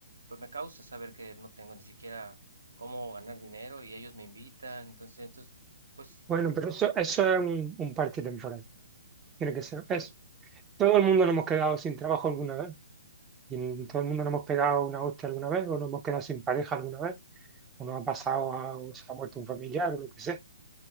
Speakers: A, on the right; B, on the right.
A: pues me causa saber que no tengo ni siquiera cómo ganar dinero y ellos me invitan, entonces, entonces, pues
B: Bueno, pero eso, eso es un, un parche temporal. Tiene que ser. Es, todo el mundo nos hemos quedado sin trabajo alguna vez. Y todo el mundo nos hemos pegado una hostia alguna vez o nos hemos quedado sin pareja alguna vez. uno ha pasado, a- o se ha muerto un familiar o lo que sea,